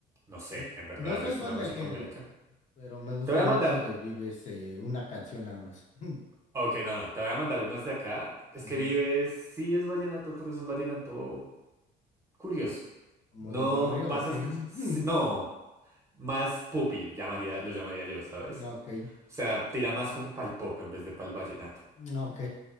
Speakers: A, on the right; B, on the left.
A: no sé,
B: N-
A: en verdad
B: No soy
A: es
B: fan
A: una música
B: del género,
A: muy de acá.
B: pero me gusta
A: Te voy a
B: mucho
A: mandar
B: de Vives eh, una canción nada más. <laughs>
A: Ok, no, no, te voy a mandar unas de acá. Es
B: Ujú.
A: que vives, sí es vallenato, pero es un vallenato curioso.
B: ¿Como
A: No
B: de barrio
A: vas
B: o qué?
A: a escuchar,
B: <laughs>
A: sí, no, más pupi, llamaría, lo llamaría yo, ¿sabes?
B: Ah, Ok,
A: O sea, tira más como pa'l pop en vez de pa'l vallenato.
B: Ah, ok,